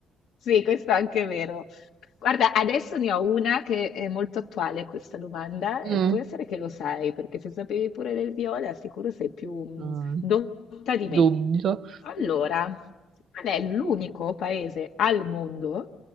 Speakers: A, on the left; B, on the right.
A: sì, questo è anche vero. Guarda, adesso ne ho una che è molto attuale questa domanda
B: Mm.
A: e può essere che lo sai, perché se sapevi pure del viola, sicuro sei più mm,
B: Mm.
A: dotta di
B: Dubito.
A: me. Allora, qual è l'unico paese al mondo